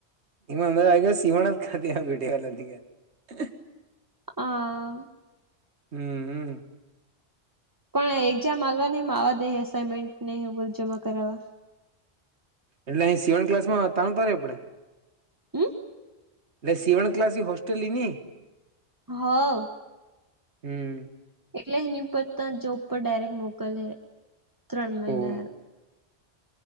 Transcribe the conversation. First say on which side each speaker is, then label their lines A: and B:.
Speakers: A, on the right; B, on the right.
A: <unintelligible>
B: આ
A: હમ હમ
B: પણ આ એક્ઝામ આલવા ની <unintelligible> અસાઇનમેન્ટ ને એવું જમા કરાવવા
A: એટલે એ સીવણ ક્લાસમાં તા પણ રેવું પડે
B: હમ
A: એટલે સિવન ક્લાસ એ હોસ્ટેલ ની ની
B: હવ
A: હમ
B: એટલે એની ઉપર ત્યા જોબ પર ડાયરેક્ટ મોકલે ત્રણ મહિના
A: ઓહ
B: હારુ